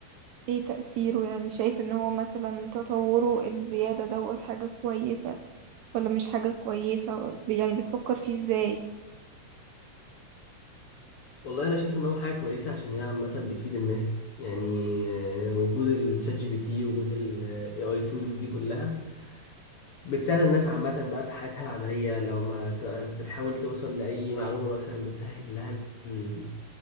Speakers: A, on the right; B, on the left.
A: ايه تأثيره يعني شايف ان هو مثلا تطوره الزيادة دوت حاجة كويسة ولا مش حاجة كويسة يعني بتفكر فيه ازاي
B: والله انا شايف ان هو حاجه كويسه عشان هي عامه بتفيد الناس يعني آه، وجود الشات جي بي تي وجود الاي اي تولز دي كلها بتساعد الناس عامه بقى في حياتها العمليه لو ما ت- بتحاول توصل لاي معلومه مثلا بتسهل لها ال-